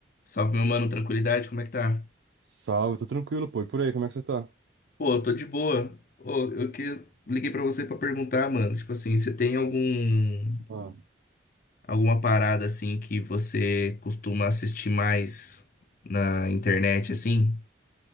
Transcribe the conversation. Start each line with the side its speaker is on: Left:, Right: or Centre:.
Left: Salve, meu mano, tranquilidade, como é que tá?
Right: Salve, tô tranquilo, pô. E por aí, como é que você tá?
Left: Pô, eu tô de boa. Ô, eu que liguei pra você pra perguntar, mano, tipo assim, você tem algum
Right: Ah,
Left: alguma parada assim que você costuma assistir mais na internet assim?